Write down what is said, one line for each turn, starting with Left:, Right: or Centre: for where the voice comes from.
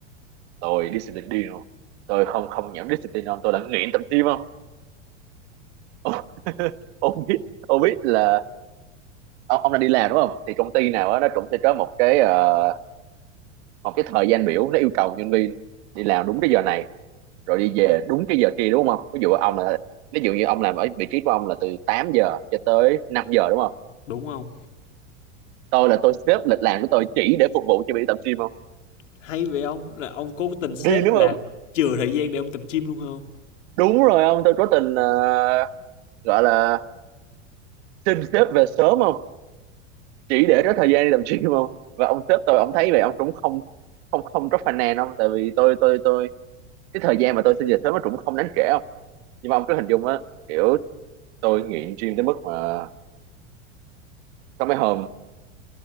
Right: Tôi discipline điên luôn. Tôi không không nhảm discipline không, tôi là nghiện tập gym không. <laughs> Ông biết, ông biết là ông, ông đang đi làm đúng không? Thì công ty nào đó nó cũng sẽ có một cái ờ, một cái thời gian biểu nó yêu cầu nhân viên đi làm đúng cái giờ này rồi đi về đúng cái giờ trưa đúng không ví dụ ông là ví dụ như ông làm ở vị trí của ông là từ 8 giờ cho tới 5 giờ đúng không
Left: Đúng không?
Right: tôi là tôi xếp lịch làm của tôi chỉ để phục vụ cho việc tập gym không
Left: Hay vậy ông? Là ông cố tình xếp
Right: đi đúng
Left: là
Right: không
Left: chừa thời gian để ông tập gym luôn không?
Right: đúng rồi ông tôi cố tình ờ, gọi là xin sếp về sớm không chỉ để có thời gian đi tập gym không và ông sếp tôi ông thấy vậy ông cũng không không không có phàn nàn không tại vì tôi tôi tôi cái thời gian mà tôi xin về sớm nó cũng không đáng kể không nhưng mà ông cứ hình dung á kiểu tôi nghiện gym tới mức mà có mấy hôm